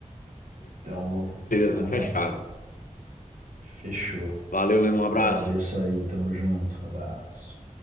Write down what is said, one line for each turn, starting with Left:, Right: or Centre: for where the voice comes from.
Right: Então,
Left: Beleza,
Right: vamos
Left: fechado.
Right: nessa. Fechou.
Left: Valeu mesmo, um abraço.
Right: Agradeço aí, tamo junto. Abraço.